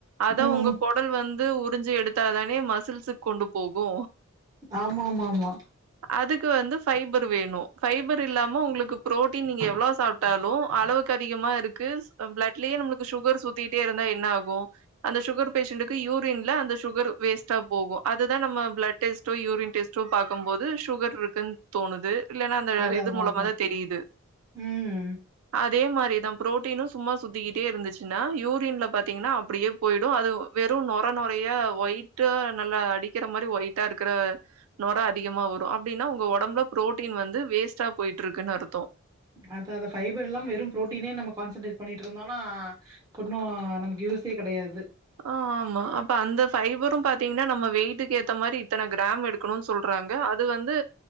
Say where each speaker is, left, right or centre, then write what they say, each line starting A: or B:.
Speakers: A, on the right; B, on the right.
A: அத
B: ம்
A: உங்க கொடல் வந்து உறிஞ்சு எடுத்தாதானே மசில்ஸுக் கொண்டு போகு
B: ஆமாமாமா
A: அதுக்கு வந்து ஃபைபர் வேணு ஃபைபர் இல்லாம உங்களுக்கு புரோட்டீன் நீங்க எவ்ளோ சாப்ட் டாலு அளவுக்கு அதிகமா இருக்கு ஸ் பிளட்லயே நம்மளுக்கு சுகர் சுத்திட்டே இருந்தா என்ன ஆகு அந்த சுகர் பேஷண்டக்கு யூரின்ல அந்த சுகர் வேஸ்ட்டா போகு அதுதா நம்ம பிளட் டெஸ்ட்டோ யூரின் டெஸ்ட்டோ பாக்கும்போது சுகர்ருக்குன் தோணுது இல்லன்னா அந்த
B: அதா
A: இது
B: அதா
A: மூலமாதா
B: அதா
A: தெரியுது
B: ம்
A: அதே மாரிதா புரோட்டீனு சும்மா சுத்திக்கிட்டே இருந்துச்சுன்னா யூரின்ல பாத்தீங்கன்னா அப்படியேப் போயிடு அது வெறு நொர நொரையா ஒயிட்டா நல்லா அடிக்கிற மாரி ஒயிட்டா இருக்கிற நொர அதிகமா வரு அப்டின்னா உங்க ஓடம்புல புரோட்டீன் வந்து வேஸ்டா போய்ட்ருக்குன்னு அர்த்தோ
B: அத அத ஃபைபர் இல்லாம வெறு ப்ரோட்டீனே நம்ம கான்சன்ட்ரேட் பண்ணிட்ருந்தோனா ஓண்ணு நமக்கு யூசே கெடையாது
A: ஆ ஆமா அப்ப அந்த ஃபைபரு பாத்தீங்கன்னா நம்ம வெய்டுக்கு ஏத்த மாரி இத்தன கிராம் எடுக் க்கணுன்னு சொல்றாங்க அது வந்து